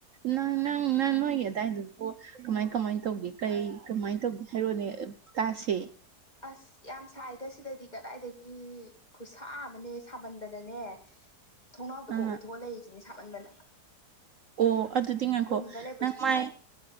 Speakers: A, on the right; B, on the left.
A: ꯅꯪ ꯅꯪ ꯅꯪ ꯅꯣꯏꯒꯤ ꯑꯗꯨꯗꯥꯋꯥꯏꯗꯨꯕꯨ ꯀꯃꯥꯏ ꯀꯃꯥꯏ ꯇꯧꯒꯦ ꯀꯩ ꯀꯃꯥꯏꯅ ꯇꯧꯒꯦ ꯍꯥꯏꯔꯣꯅꯦ ꯇꯥꯁꯦ
B: ꯑꯁ ꯌꯥꯝ ꯁꯥꯏꯗ ꯁꯤꯗꯗꯤ ꯀꯗꯥꯏꯗꯒꯤ ꯈꯨꯠꯁꯥ ꯑꯃꯅꯦ ꯁꯥꯃꯟꯗꯅꯅꯦ ꯊꯣꯡꯅꯥꯎꯗ
A: ꯑꯥ
B: ꯀꯣꯛ ꯂꯤ ꯊꯣꯛꯑ ꯂꯩꯔꯤꯁꯤꯅꯦ ꯁꯥꯃꯟꯗꯅ
A: ꯑꯣ ꯑꯗꯨꯗꯤ ꯉꯥꯡꯈꯣ
B: ꯔꯨꯝꯗ ꯂꯩꯕꯁꯨ
A: ꯅꯪ ꯃꯥꯏ
B: ꯁꯥꯏ